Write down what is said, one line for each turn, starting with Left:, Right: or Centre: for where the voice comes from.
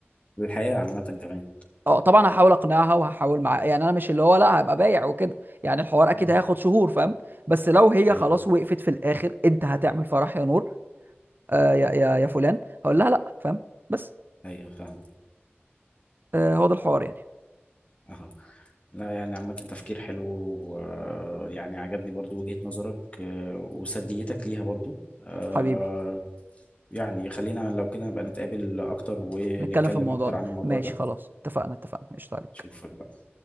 Left: الحياة عامة كمان
Right: اه طبعا هحاول اقنعها وهحاول معاها يعني انا مش اللي هو لا هبقى بايع وكده يعني الحوار اكيد
Left: مم.
Right: هياخد شهور فاهم بس لو هي
Left: الحياة
Right: خلاص وقفت في الاخر انت هتعمل فرح يا نور آه يا يا يا فلان هقول لها لا فاهم بس
Left: ايوه فاهم
Right: آه هو ده الحوار يعني
Left: اهو لا يعني عامة تفكير حلو ويعني عجبني برضو وجهة نظرك آه، وسرديتك ليها برضو آه،
Right: حبيبي
Left: يعني خلينا لو كده نبقى نتقابل أكتر ونتكلم
Right: نتكلم في الموضوع
Left: أكتر
Right: ده
Left: عن الموضوع
Right: ماشي
Left: ده
Right: خلاص اتفقنا اتفقنا قشطة عليك
Left: أشوفك بقى